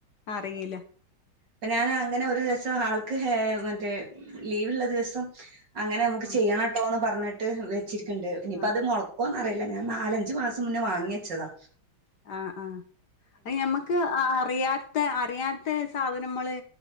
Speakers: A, on the left (about 55°); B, on the right (about 55°).
A: അറിയില്ല
B: ഇപ്പ ഞാൻ അങ്ങനെ ഒരു ദിവസം ആൾക്ക് മറ്റേ ലീവ്ള്ള ദിവസം അങ്ങനെ നമുക്ക്
A: ഉം
B: ചെയ്യണം ട്ടോ എന്ന് പറഞ്ഞിട്ട് വെച്ചിരിക്കുണ്ട് ഇനിയിപ്പ
A: ആ
B: അത് മുളക്കോന്ന് അറിയില്ല ഞാൻ നാലഞ്ചു മാസം മുന്നേ വാങ്ങി വച്ചതാ
A: ആഹ് ആഹ് അത് നമ്മക്ക് അറിയാത്ത അറിയാത്ത സാധനങ്ങള്